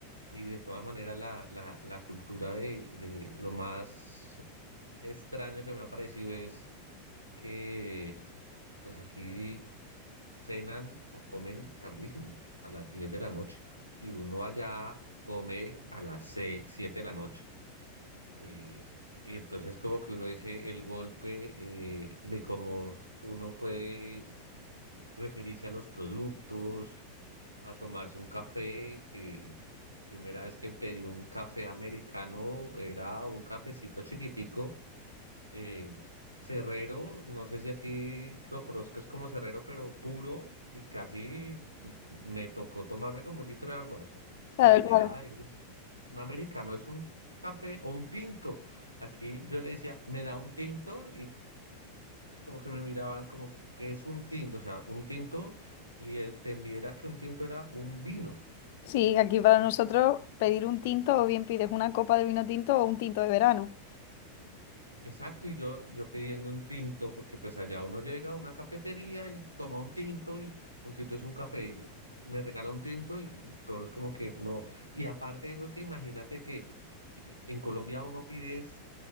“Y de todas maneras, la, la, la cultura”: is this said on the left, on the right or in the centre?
Right